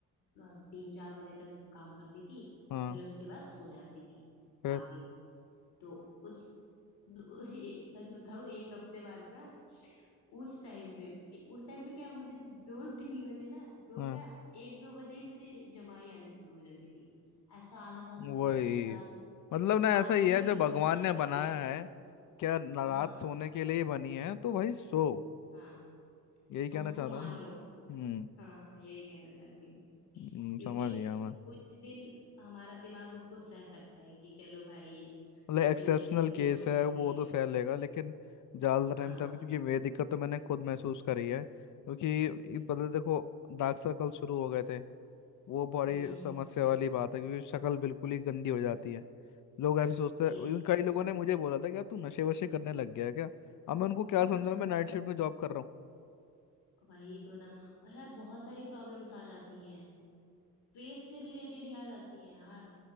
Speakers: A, on the left; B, on the left.
A: अ, तीन चार बजे तक काम करती थी
B: हाँ
A: फिर उसके बाद सो जाती थी
B: फिर
A: आगे तो उस दो- <laughs> ए- सच बताऊँ एक हफ्ते बाद ना उस टाइम पे उस टाइम पे क्या मुझे दो तीन बजे ना दो
B: हाँ
A: क्या एक दो बजे ही मुझे जमाई आने शुरू हो जाती थी ऐसा आलस आता
B: वही
A: था कि अरे यार
B: मतलब ना ऐसा
A: आधी
B: ही है
A: नींद
B: जब भगवान
A: में काम
B: ने बनाया
A: कर रही हूँ
B: है क्या ना
A: हाँ
B: रात सोने के लिए ही बनी है तो भाई सो
A: हाँ
B: यही
A: तो
B: कहना
A: उसको
B: चाहता
A: मानो
B: हूँ ना हम्म
A: हाँ यही कहना चाहती हूँ
B: हम्म,
A: क्योंकि
B: समझ गया मैं
A: कुछ दिन हमारा दिमाग उसको सह सकता है कि चलो भाई
B: मतलब
A: कुछ
B: एक्सेप्शनल
A: इमरजेंसी
B: केस
A: हो सकती
B: है वो
A: है
B: तो सह लेगा लेकिन ज्यादा टाइम
A: हाँ
B: तक क्योंकि ये दिक्कत तो मैंने खुद महसूस करी है क्योंकि ये
A: हम्म
B: पता देखो डार्क सर्कल शुरू हो गए थे वो बड़ी
A: हम्म हम्म,
B: समस्या वाली बात है क्योंकि शक्ल बिल्कुल ही गंदी हो जाती है लोग ऐसे सोचते
A: ये
B: हैं even
A: तो
B: कई
A: है
B: लोगों ने मुझे बोला था कि यार तू नशे वशे करने लग गया है क्या अब मैं उनको क्या
A: <laughs>
B: समझाऊं मैं नाइट शिफ्ट में जॉब कर रहा हूँ
A: वही तो ना और यार बहुत सारी प्रॉब्लम्स आ जाती हैं फेस से रिलेटेड ही आ जाती हैं यार